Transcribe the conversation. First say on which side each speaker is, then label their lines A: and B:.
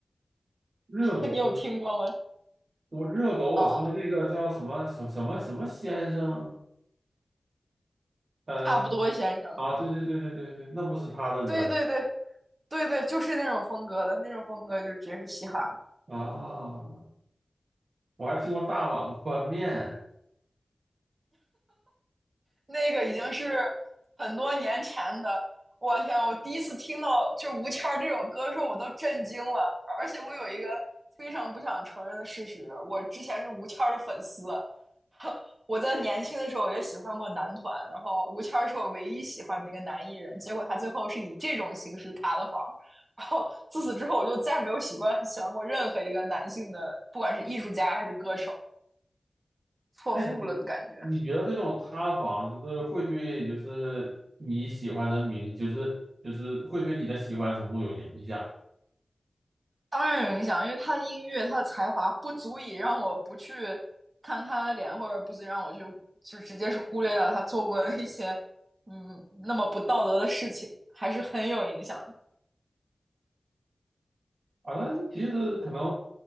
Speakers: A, on the right (about 65°); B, on the right (about 40°).
A: 热狗，
B: <laughs> 你有听过吗？
A: 我热狗，我听那个叫什么什么什么什么先生，
B: 哦，
A: 呃
B: 差不多，先生，
A: 啊，对对对对对对，那不是他的歌
B: 对对对对对，就是那种风格的，那种风格就直接是嘻哈。
A: 啊，我还听过大碗宽面。
B: 那个已经是很多年前的。我天！我第一次听到就吴谦这首歌的时候，我都震惊了。而且我有一个非常不想承认的事实，我之前是吴谦的粉丝。<laughs> 我在年轻的时候也喜欢过男团，然后吴谦是我唯一喜欢的一个男艺人。结果他最后是以这种形式塌了房。然后自此之后，我就再没有喜欢喜欢过任何一个男性的，不管是艺术家还是歌手，错付了的感觉。
A: 哎，你你觉得这种塌房就是会对就是你喜欢的明，就是就是会对你的喜欢程度有影响
B: 当然有影响，因为他的音乐，他的才华不足以让我不去看他的脸，或者不足以让我去就直接是忽略掉他做过的一些嗯那么不道德的事情，还是很有影响的。
A: 啊？但是其实可能